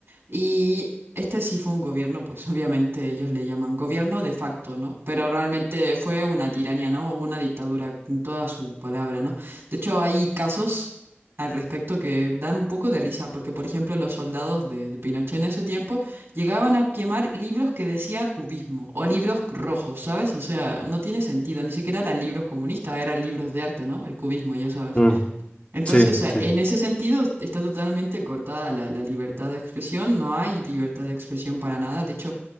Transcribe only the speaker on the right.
Y tres. Y este sí fue un gobierno, pues obviamente ellos le llaman gobierno de facto, ¿no? Pero realmente fue una tiranía, ¿no? Una dictadura con toda su palabra, ¿no? De hecho, hay casos al respecto que dan un poco de risa, porque por ejemplo los soldados de, de Pinochet en ese tiempo Llegaban a quemar libros que decía cubismo o libros rojos, ¿sabes? O sea, no tiene sentido, ni siquiera eran libros comunistas, eran libros de arte, ¿no? El cubismo, ya sabes.
Entonces,
a-
en ese sentido, está totalmente cortada la, la libertad de expresión, no hay libertad de expresión para nada. De hecho,